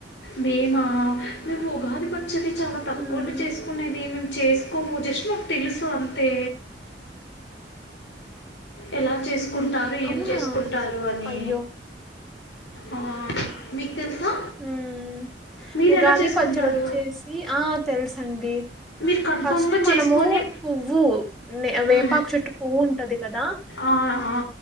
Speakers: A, on the left (about 80°); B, in the centre.
A: మేమా మేము ఉగాది పచ్చడి చాలా తక్కువండి
B: ఉమ్
A: చేసుకునేది మేము చేసుకోము జస్ట్ మాకు తెలుస్తదంతే ఎలా చేసుకుంటారు ఏం
B: అవునా
A: చేసుకుంటారు అని
B: అయ్యో
A: ఆ మీకు తెలుసా
B: హ్మ్.
A: మీరు
B: ఉగాది
A: ఎలా చేసుకుంటారు
B: పచ్చడోచ్చేసి ఆ తెలుసండి
A: మీరు కన్ఫామ్గా
B: ఫస్ట్ మనము
A: చేసుకొని
B: పువ్వు వే వేపాకు
A: మ్,
B: చుట్టు పువ్వు ఉం కదా
A: ఆ, ఆ,